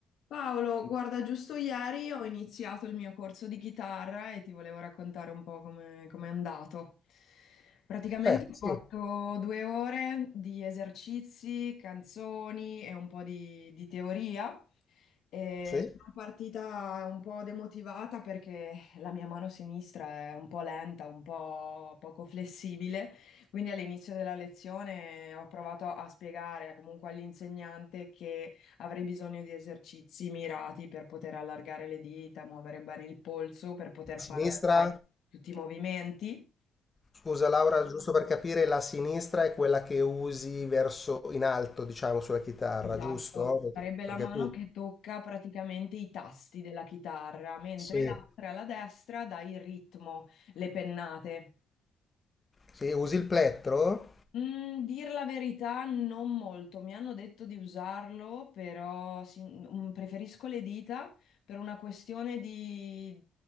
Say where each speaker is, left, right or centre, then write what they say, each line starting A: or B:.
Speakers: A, on the left; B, on the left.
A: Paolo, guarda, giusto ieri ho iniziato il mio corso di chitarra e ti volevo raccontare un po' come come è andato. Praticamente
B: Eh,
A: ho
B: sì,
A: fatto due ore di esercizi, canzoni e un po' di, di teoria e
B: sì.
A: sono partita un po' demotivata perché la mia mano sinistra è un po' lenta, un po' poco flessibile, quindi all'inizio della lezione ho provato a spiegare comunque all'insegnante che avrei bisogno di esercizi mirati per poter allargare le dita, muovere bene il polso, per poter fare
B: Sinistra,
A: tutti i movimenti.
B: scusa Laura, giusto per capire, la sinistra è quella che usi verso in alto, diciamo, sulla chitarra,
A: Esatto,
B: giusto?
A: sarebbe la
B: Perché
A: mano
B: tu
A: che tocca praticamente i tasti della chitarra, mentre
B: Sì.
A: l'altra, la destra, dà il ritmo, le pennate.
B: Sì, usi il plettro?
A: Mm, dir la verità, non molto. Mi hanno detto di usarlo, però sin- mm, preferisco le dita per una questione di,